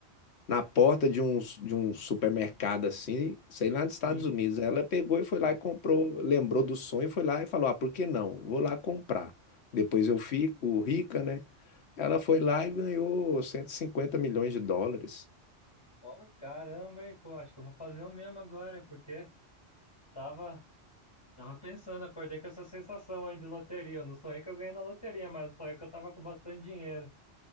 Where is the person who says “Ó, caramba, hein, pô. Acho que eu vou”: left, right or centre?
Left